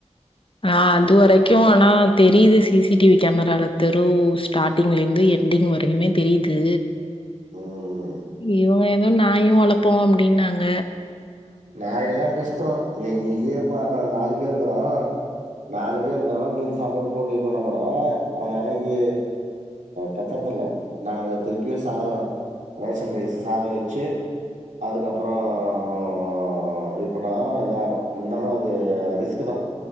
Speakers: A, on the left (about 45°); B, on the right (about 80°).
A: ஆஹ் அது வரைக்கு ஆனா தெரியுது சிசிடிவி கேமராவில் தெரு ஸ்டார்ட்டிங்லருந்து எண்டிங் வரைக்குமே தெரியுது.
B: ம்.
A: இவன் வேற ம் நாயு வளரப்போ அப்படினாங்க.
B: நா எல்லா கஷ்டோ நீ இங்யே பார்டா நாலு பேர் இருக்குறோ நாலு பேர் இருந்தாலு மீன் சாப்பாடு போட்டுபோனாக் கூட அந்த நாய்க்கு பத்தறதுல்ல நல்லா திருப்பியு சாதோ ரேஷன் ரைஸ் சாதோ வெச்சு அதுக்கப்புறோ உ இப்பனா இதாகு இருந்தாலு அது ரிஸ்குதா